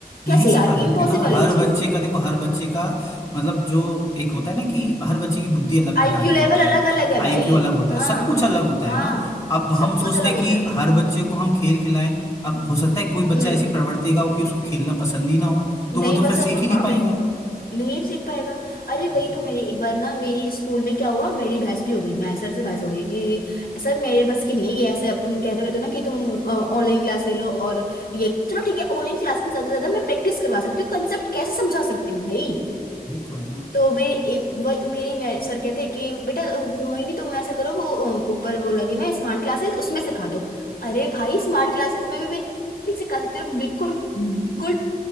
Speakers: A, on the left; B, on the left.
A: नहीं
B: कैसे
A: सिखा
B: यार
A: सकते
B: इम्पॉसिबल
A: ना हर
B: है ये चीज
A: बच्चे का देखो हर बच्चे का मतलब जो एक होता है ना कि हर बच्चे की बुद्धि अलग प्रकार
B: आईक्यू लेवल
A: की होती
B: अलग
A: है
B: अलग है
A: आईक्यू
B: भाई
A: अलग होता
B: हाँ
A: है सब कुछ अलग होता
B: हाँ
A: है ना अब
B: सब
A: हम
B: कुछ
A: सोचते
B: अलग
A: हैं
B: होता
A: कि
B: है
A: हर बच्चे को हम खेल खिलाएं अब हो सकता है कोई
B: हम्म
A: बच्चा ऐसी प्रवृत्ति का हो कि उसको खेलना पसंद ही ना हो
B: नहीं
A: तो वो तो
B: पसंद
A: फिर सीख
B: तो
A: ही
B: हाँ
A: नहीं पाएगा
B: बिल्कुल नहीं सीख पाएगा अरे
A: वही
B: वही
A: तो
B: तो मेरी
A: दिक्कत
B: एक बार ना मेरी स्कूल में क्या हुआ मेरी बहस भी हो गई मैं सर से बहस हो गई कि सर मेरे बस की नहीं है ये ऐसे अब तुम कहते रहते हो ना कि तुम ऑनलाइन क्लास ले लो और ये चलो ठीक है ऑनलाइन क्लास में ज्यादा से ज्यादा मैं प्रैक्टिस करवा सकती हूँ कंसेप्ट कैसे समझा सकती हूँ भाई
A: वही तो है ना
B: तो मेरे ए- वह- मेरे मैं, सर कहते हैं कि बेटा अ, मोहिनी तुम ऐसा करो वो अ, ऊपर वो लगे मैं स्मार्ट क्लासेस उसमें सिखा दो अरे भाई स्मार्ट क्लासेस में भी नहीं सिखा सकते बिल्कुल बिल्कुल